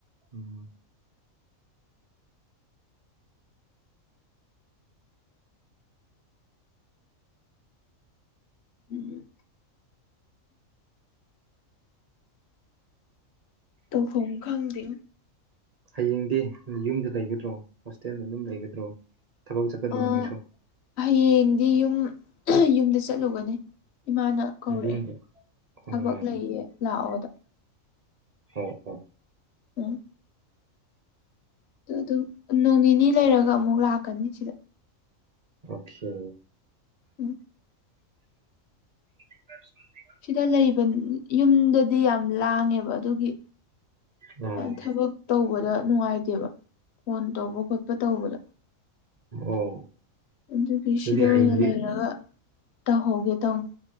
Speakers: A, on the right; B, on the left.
A: ꯎꯝ
B: ꯎꯝ ꯇꯧꯐꯝ ꯈꯪꯗꯦ
A: ꯍꯌꯦꯡꯗꯤ ꯌꯨꯝꯗ ꯂꯩꯒꯗ꯭ꯔꯣ, ꯍꯣꯁꯇꯦꯜꯗ ꯑꯗꯨꯝ ꯂꯩꯒꯗ꯭ꯔꯣ? ꯊꯕꯛ ꯆꯠꯀꯗ꯭ꯔꯣ
B: ꯑꯥ
A: ꯍꯌꯦꯡꯁꯨ꯫
B: ꯍꯌꯦꯡꯗꯤ ꯌꯨꯝ ꯌꯨꯝꯗ ꯆꯠꯂꯨꯒꯅꯤ ꯏꯃꯥꯅ, ꯀꯧꯔꯛꯑꯦ
A: ꯌꯨꯝꯗ
B: ꯊꯕꯛ
A: ꯑꯣ
B: ꯂꯩꯌꯦ ꯂꯥꯛꯑꯣꯗ꯫
A: ꯑꯣ ꯑꯣ
B: ꯎꯝ ꯗꯨ ꯗꯨꯝ ꯅꯣꯡ ꯅꯤꯅꯤ ꯂꯩꯔꯒ ꯑꯃꯨꯛ ꯂꯥꯛꯀꯅꯤ ꯁꯤꯗ꯫
A: ꯑꯣꯈꯦ꯫
B: ꯎꯝ
A: <unintelligible>
B: ꯁꯤꯗ ꯂꯩꯕ ꯌꯨꯝꯗꯗꯤ ꯌꯥꯝ ꯂꯥꯡꯉꯦꯕ ꯑꯗꯨꯒꯤ,
A: ꯑꯣ
B: ꯊꯕꯛ ꯇꯧꯕꯗ ꯅꯨꯡꯉꯥꯏꯇꯦꯕ ꯐꯣꯟ ꯇꯧꯕ ꯈꯣꯠꯄ ꯇꯧꯕꯗ꯫
A: ꯑꯣ
B: ꯑꯗꯨꯒꯤ
A: ꯑꯗꯨꯗꯤ
B: ꯁꯤꯗ ꯑꯣꯏꯅ
A: ꯍꯌꯦꯡꯗꯤ
B: ꯂꯩꯔꯒ, ꯇꯧꯍꯧꯒꯦ ꯇꯧ